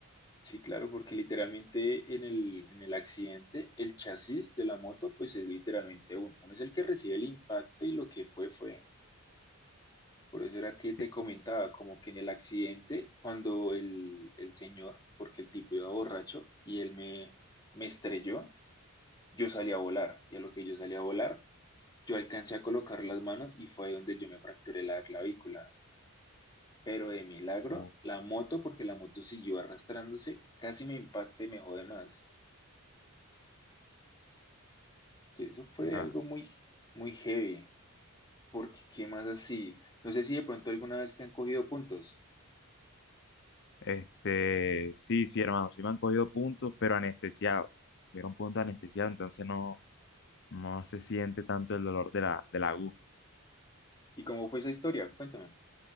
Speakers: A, on the left; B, on the left.
A: Sí, claro, porque literalmente en el, en el accidente, el chasis de la moto, pues es literalmente uno. Uno es el que recibe el impacto y lo que fue, fue. Por eso era que
B: Sí,
A: te comentaba, como que en el accidente, cuando el, el señor, porque el tipo iba borracho y él me, me estrelló, Yo salí a volar y a lo que yo salí a volar, yo alcancé a colocar las manos y fue ahí donde yo me fracturé la clavícula. Pero de milagro,
B: uf,
A: la moto, porque la moto siguió arrastrándose, casi me impacta y me jode más. Que eso fue
B: la-
A: algo muy, muy heavy, porque qué más así. No sé si de pronto alguna vez te han cogido puntos.
B: Este, sí, sí, hermano, sí me han cogido puntos, pero anestesiado. Tuvieron puntos anestesiados, entonces no, no se siente tanto el dolor de la, de la aguja.
A: ¿Y cómo fue esa historia? Cuéntame.